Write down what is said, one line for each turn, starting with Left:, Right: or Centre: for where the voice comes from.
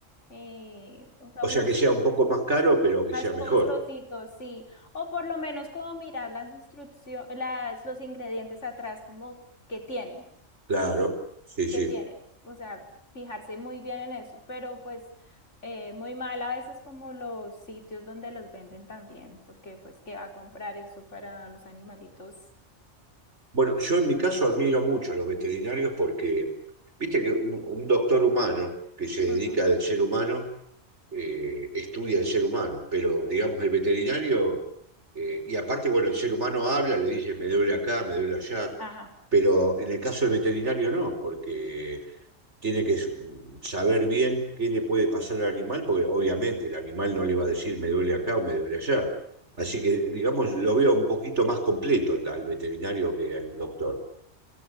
Left: eh, o sea,
Right: O
Left: uno
Right: sea, que sea un poco más caro, pero que
Left: Más
Right: sea
Left: costositos,
Right: mejor.
Left: sí. O por lo menos como mirar las instrucciones, las, los ingredientes atrás, como qué tienen,
Right: Claro, sí, sí.
Left: qué tienen. O sea, fijarse muy bien en eso. Pero pues eh, muy mal a veces como los sitios donde los venden también, porque pues qué va a comprar eso para los animalitos.
Right: Bueno, yo en mi caso admiro mucho a los veterinarios porque, viste que un, un doctor humano que se dedica
Left: Ujú.
Right: del ser humano, eh, estudia el ser humano, pero digamos el veterinario, eh, y aparte, bueno, el ser humano habla, le dice, me duele acá, me duele allá,
Left: Ajá.
Right: pero en el caso del veterinario no, porque tiene que saber bien qué le puede pasar al animal, porque obviamente el animal no le va a decir me duele acá o me duele allá. Así que, digamos, lo veo un poquito más completo al, al veterinario que al doctor,